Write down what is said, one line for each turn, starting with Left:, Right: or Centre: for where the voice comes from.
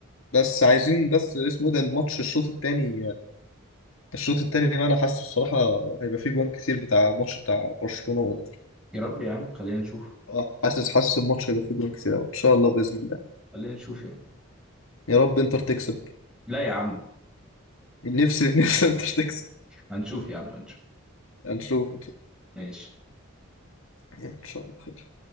Left: بس عايزين بس اسمه إيه ده الماتش الشوط التاني الشوط التاني بقى انا حاسه الصراحه هيبقى فيه جوان كتير بتاع ماتش بتاع برشلونه
Centre: يا رب يا عم خلينا نشوف
Left: اه حاسس حاسس الماتش هيبقى فيه جوان كتير قوي ان شاء الله باذن الله
Centre: خلينا نشوف يا عم
Left: يا رب انتر تكسب
Centre: لا يا عم
Left: نفسي <laughs> نفسي انتر تكسب
Centre: هنشوف يا عم هنشوف
Left: هنشوف هنشوف.
Centre: ماشي
Left: يعني ان شاء الله خير